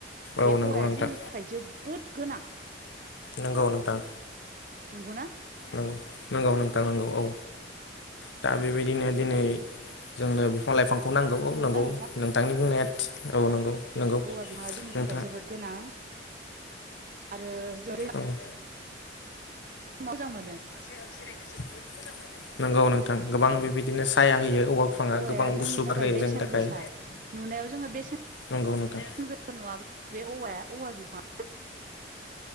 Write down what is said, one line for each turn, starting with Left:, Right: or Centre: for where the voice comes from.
Right: बे
Left: औ
Right: औवाया
Left: नंगौ नोंथां
Right: जोंनि थाखाय जोबोद गोनां
Left: नंगौ नोंथां
Right: नंगौना
Left: औ नंगौ नोंथां नंगौ औ दा बेबायदिनो दिनै जोंनो बिफां लाइफांखौ नांगौ
Right: नंगौना
Left: नंगौ
Right: नोंथां
Left: नोंथांनि बुंनाया औ नंगौ नंगौ
Right: औवा बिमा जोंनि
Left: नोंथां
Right: थाखाय जोबोद गोनां आरो <unintelligible>
Left: ओम
Right: मोजां मोनो
Left: <unintelligible> जिरायनो जोबोद मोजां मोनो नंगौ नोंथां गोबां
Right: औ
Left: बेबायदिनो साया होयो
Right: ओंखायनो
Left: औवा बिफाङा
Right: औवाया
Left: गोबां
Right: जोंनि
Left: गुसु
Right: थाखाय
Left: बार होयो
Right: बेसेन
Left: जोंनि थाखाय
Right: गोसा नुनायाव जोङो बेसेन
Left: नंगौ नोंथां
Right: गोसा नुवाब्ला बे औवाया औवा बिफां